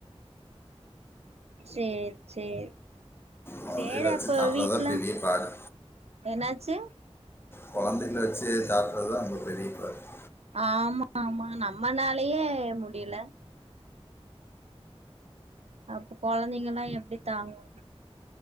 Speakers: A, on the right; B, on the left.
A: சேர் சேர்
B: குழந்தைகளை
A: சேரி
B: வச்சு
A: அப்ப
B: தாட்டுறதா
A: வீட்ல
B: பெரிய பாடு
A: என்னாச்சு
B: கெழந்தைகள வெச்சி தாட்றது தான் அப்ப <unintelligible>
A: ஆமா ஆமா நம்மனாலயே முடியல அப் கொழந்தைங்கல்லா எப்புடி தாங்கூ